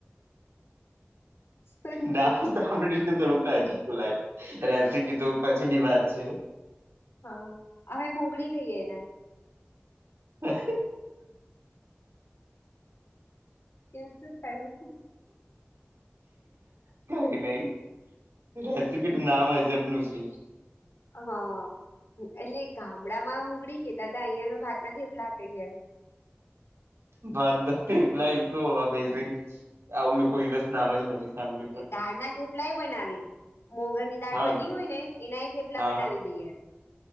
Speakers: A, on the left; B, on the right.
A: શું થયું
B: ના આપડીને થોડુંક જતું લ રેસીપી તો પછીની વાત છે.
A: હા, હવે મોગડી ગઈ યેને.
B: હ
A: કેસ <inaudible>
B: કઈ નહી રેસીપી નું નામ અજબ નું છે.
A: હા, એટલે ગામડામાં મુગડી કહેતા તા અહિયાંયા આગળ ભાત ના થેપલા કહીએ.
B: ભાત ના થેપલા તો <inaudible> આવું મેં કોઈ દિવસ નામ જ નથી સાંભળ્યું
A: એ દાળ ના થેપલાય બનાવી મોગર ની દાળ
B: પણ
A: વધી હોય ને એનાય થેપલા
B: હા હા
A: બનાવી દઈએ